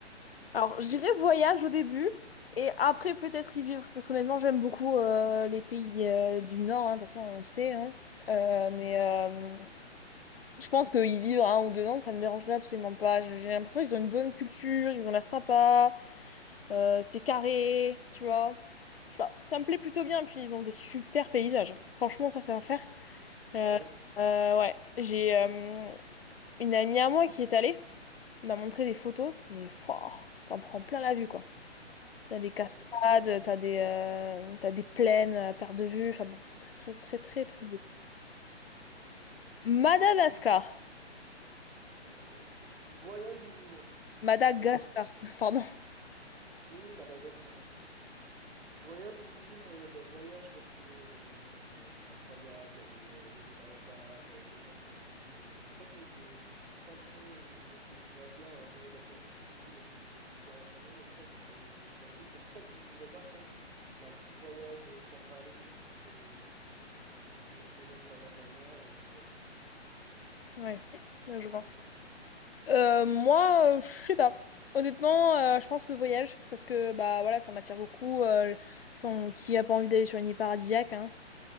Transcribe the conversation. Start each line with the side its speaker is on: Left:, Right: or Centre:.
Left: Alors, je dirais voyage au début et après peut-être y vivre parce qu'honnêtement, j'aime beaucoup euh, les pays euh, du Nord, hein. De toute façon, on le sait, hein. Euh, mais euh, je pense que y vivre un ou deux ans, ça me dérangerait absolument pas. J'ai j'ai l'impression qu'ils ont une bonne culture, ils ont l'air sympas, euh, c'est carré, tu vois. Je sais pas, ça me plaît plutôt bien, puis ils ont des super paysages. Franchement, ça, c'est à faire. Euh,
Right: Ah ouais?
Left: euh, ouais, j'ai euh, une amie à moi qui est allée, m'a montré des photos, mais fouah, t'en prends plein la vue, quoi. T'as des cascades,
Right: Ah ouais.
Left: t'as des, euh, t'as des plaines à perte de vue. Enfin bon, c'est très très très très très
Right: Ah,
Left: beau.
Right: ah.
Left: Madagascar.
Right: Euh, voyage ou vivre?
Left: Madagascar,
Right: Euh,
Left: <laughs> pardon.
Right: oui, oui, Madagascar. Voyage ou vivre, euh, bah, voyage parce que euh, bah, c'est incroyable, il y a des, euh, il y a des baobabs, euh, les gens sont cool. Euh, Bon, je crois qu'il y a eu des, des petites tensions au niveau de, gui- de la guerre, au niveau de la politique et tout, il y a ces, des- ces dernières années, mais je pense que c'est une dinguerie. C'est pour ça que j'y vivrai pas, je pense. Mais un petit voyage euh, safari plus, euh, plus une semaine pas loin de la mer, euh, incroyable.
Left: Ouais, là, je vois.
Right: Et toi?
Left: Euh, moi, euh, je sais pas. Honnêtement, euh, je pense au voyage parce que bah voilà, ça m'attire beaucoup. euh, sans- Qui a pas envie d'aller sur une île paradisiaque, hein.